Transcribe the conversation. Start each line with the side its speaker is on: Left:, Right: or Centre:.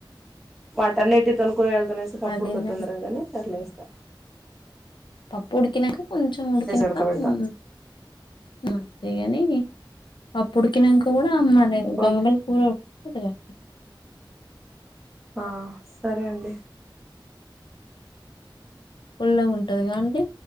Centre: వాటన్నిటితోను వెళ్తనేస్తే పప్పు
Left: అదేందండి
Centre: ఉడకదు తొందరగా అనీ అట్లా చేస్తా
Left: పప్పు డు ఉడికినక కొంచెం ఉడికినక
Centre: ఉడకబెడతా
Left: హమ్ అంతేగాని పుడికినంక కూడా అమ్ నాడ గంగమలి
Centre: ఓకే
Left: కూరడు కా
Centre: ఆ సరే అండి
Left: పుల్లగ ఉంటది కాండి